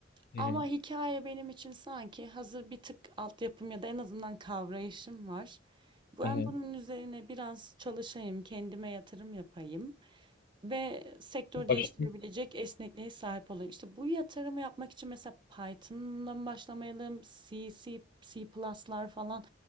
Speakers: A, on the left; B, on the right.
A: Hı
B: Ama
A: hı.
B: hikaye benim için sanki hazır bir tık altyapım ya da en azından kavrayışım var. Ben
A: Hı hı.
B: bunun üzerine biraz çalışayım, kendime yatırım yapayım ve sektör değiştirebilecek
A: Başlayacak.
B: esnekliğe sahip olayım. İşte bu yatırımı yapmak için mesela Python'la mı başlamayalım, C, C, C++'lar falan